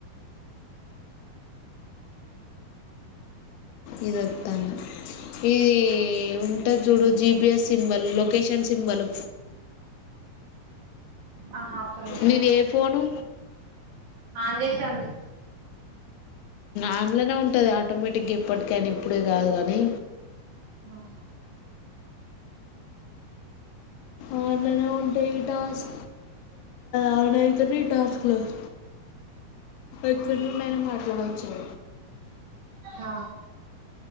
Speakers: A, on the left; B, on the right.
A: ఇది వతల్న ఇది ఉంటుది చూడు జీబిఎస్ సింబల్ లొకేషన్ సింబల్
B: ఆ హా ఒక్క నిమిషం
A: నీది ఏ ఫోను
B: ఆన్ చేసే ఉంది
A: ఆన్లనే ఉంటుది ఆటోమేటిక్గా ఇప్పటికనీ ఇప్పుడే కాదు కానీ
B: ఆ
A: ఆన్లైన్ లో ఎన్ని అవర్స్ ఆన్ అయితది ఆఫ్ కూడా అయితది ఎక్కడి నుండి అయినా మాట్లాడవచ్చా
B: ఆ